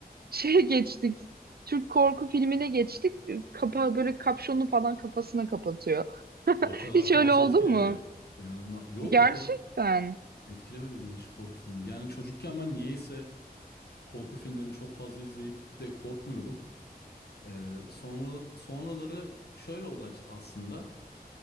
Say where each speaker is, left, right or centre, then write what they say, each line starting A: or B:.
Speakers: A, on the right; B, on the left.
A: şeye geçtik. Türk korku filmine geçtik. Kapağı böyle kapşonu falan kafasına kapatıyor. <laughs>
B: O kadar
A: Hiç
B: fazla
A: öyle oldu
B: etkiledi.
A: mu?
B: İnanılmaz. Yok
A: Gerçekten.
B: o kadar etkilemedi beni hiç korku filmi. Yani çocukken ben niyeyse korku filmlerini çok fazla izleyip de korkmuyordum. Ee, sonra sonraları şöyle oldu aç- aslında.